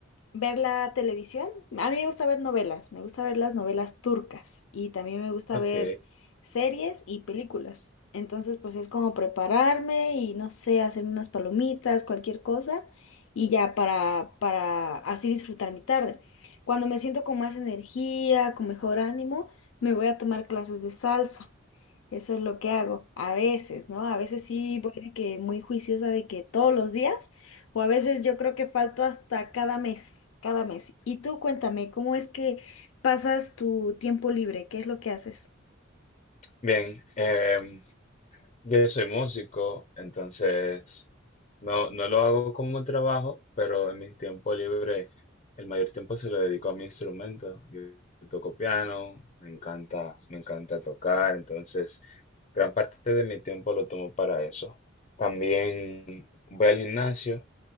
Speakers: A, on the left; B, on the left.
A: ¿Ver la televisión? A mí me gusta ver novelas, me gusta ver las novelas turcas y también me gusta
B: Ok,
A: ver series y películas. Entonces, pues es como prepararme y no sé, hacer unas palomitas, cualquier cosa y ya para, para así disfrutar mi tarde. Cuando me siento con más energía, con mejor ánimo, me voy a tomar clases de salsa. Eso es lo que hago a veces, ¿no? A veces sí voy de que muy juiciosa de que todos los días. O a veces yo creo que falto hasta cada mes, cada mes. Y tú cuéntame, ¿cómo es que pasas tu tiempo libre? ¿Qué es lo que haces?
B: bien. em, yo soy músico, entonces no, no lo hago como trabajo, pero en mi tiempo libre, el mayor tiempo se lo dedico a mi instrumento. Yo toco piano, me encanta, me encanta tocar, entonces gran parte de mi tiempo lo tomo para eso. También voy al gimnasio,